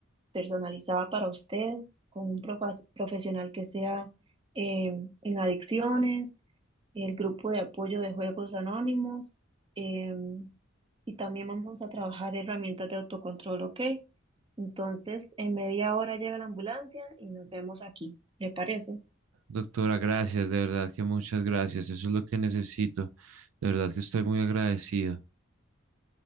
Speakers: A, on the right; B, on the right.
A: personalizada para usted, con un profas- profesional que sea eh, en adicciones, el grupo de apoyo de juegos anónimos, eh, y también vamos a trabajar herramientas de autocontrol, ¿ok? Entonces, en media hora llega la ambulancia y nos vemos aquí, ¿le parece?
B: Doctora, gracias, de verdad que muchas gracias. Eso es lo que necesito. De verdad que estoy muy agradecido.